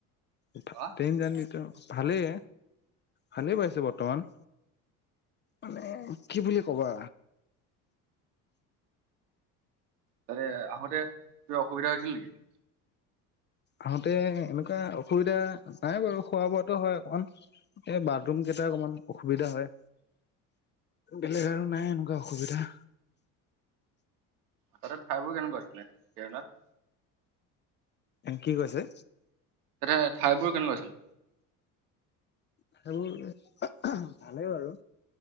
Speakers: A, on the left (about 25°); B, on the right (about 75°).
A: ট্ৰেইনৰ
B: হা
A: যানিতো ভালেই ভালেই পাইছো বৰ্তমান মানে কি বুলি ক'বা।
B: তাতে আহোতে ত অসুবিধা হৈছিল নেকি?
A: আহোতে এনেকুৱা অসুবিধা নাই বাৰু খোৱা বোৱাতো হয় অকমান এই বাথৰুম কেইটা অকমান অসুবিধা হয় বেলেগ আৰু নাই এনেকুৱা অসুবিধা
B: আচলতে ঠাইবোৰ কেনেকুৱা আছিলে কেৰেলাত
A: এ কি কৈছে?
B: তাতে ঠাইবোৰ কেনেকুৱা আছিল
A: সেইবোৰ ভালেই আৰু